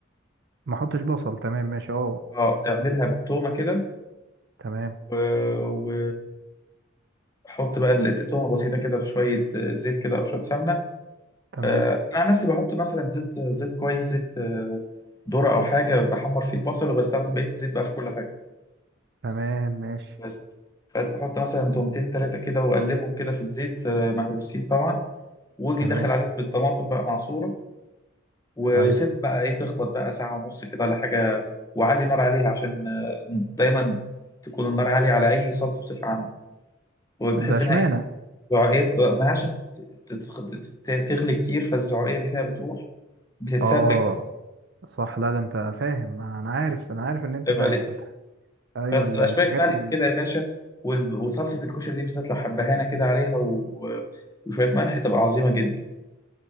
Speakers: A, on the right; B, on the left.
A: ما احطش بصل تمام ماشي اه
B: اه اعملها بتومه كده
A: تمام
B: و... و... حط بقى الت- تومه بسيطه كده في شويه آه، زيت كده او شويه سمنه
A: تمام
B: آه، انا عن نفسي بحط مثلا زيت زيت كويس زيت آه، ذره او حاجه بحمر فيه البصل وبستخدم بقيه الزيت بقى في كل حاجه
A: تمام ماشي
B: بس فانت تحط مثلا تومتين تلاتة كده وقلبهم كده في الزيت آه، مهروسين طبعا واجي
A: تمام
B: داخل عليهم بالطماطم بقى معصورة وسيب
A: أيوه
B: بقى ايه تخبط بقى ساعة ونص كده ولا حاجة وعلي نار عليها عشان آه، دايما تكون النار عالية على أي صلصة بصفة عامة وبحيث
A: ده اشمعنى
B: إنها ايه زعقية- ما عشان ت- تتخ- ت- ت- تغلي كتير فالزعقية اللي فيها بتروح بتتسبك
A: اه صح لا ده أنت فاهم أنا عارف أنا عارف إن أنت
B: عيب
A: فاهم
B: عليك
A: في الحاجة أيوه
B: بس
A: ال-
B: بقى
A: الحاجات
B: شوية ملح
A: ال...
B: كده يا باشا وال- وصلصة الكشري دي بالذات لو حبهانة كده عليها و- وشوية ملح تبقى عظيمة جدا